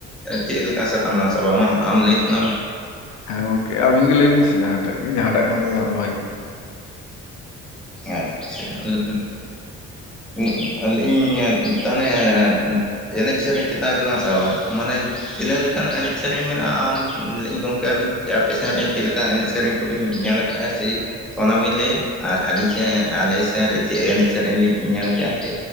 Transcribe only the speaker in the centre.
ᱪᱮᱫ ᱞᱮᱠᱟ ᱥᱟᱛᱟᱢ ᱞᱟᱝ ᱪᱟᱵᱢᱟ ᱟᱢ ᱞᱟᱹᱭ ᱛᱟᱞᱟᱜ ᱢᱮ
ᱟᱪᱪᱷᱟ <unintelligible> ᱩᱜ-ᱩᱜ ᱩᱜ ᱞᱮᱭᱤᱧ ᱛᱟᱱᱮ <unintelligible> ᱮᱱᱮᱡ ᱥᱮᱨᱮᱧ ᱪᱮᱛᱟᱱ ᱨᱮᱞᱟᱝ ᱥᱟᱵᱟ ᱢᱟᱱᱮ ᱛᱤᱱᱟᱹᱜ ᱞᱮᱠᱟᱱ ᱮᱱᱮᱡ ᱥᱮᱨᱮᱧ ᱢᱮᱱᱟᱜᱼᱟ ᱟᱢ ᱤᱧ ᱜᱚᱢᱠᱮ ᱡᱮ ᱟᱯᱮ ᱥᱮᱱ ᱨᱮ ᱪᱮᱫ ᱞᱮᱠᱟ ᱮᱱᱮᱡ ᱥᱮᱨᱮᱧ ᱠᱚᱵᱤᱱ ᱧᱮᱞ ᱟᱠᱟᱟᱜᱼᱟ ᱥᱮ ᱚᱱᱟᱵᱤᱱ ᱞᱟᱹᱭᱟ ᱟᱨ ᱟᱹᱞᱤᱧ ᱪᱮ <unintelligible> ᱟᱞᱮ ᱥᱮᱱ ᱨᱮ ᱪᱮᱫ ᱮᱱᱮᱡ ᱥᱮᱨᱮᱧ ᱞᱤᱧ ᱧᱮᱞ ᱠᱟᱜᱼᱟ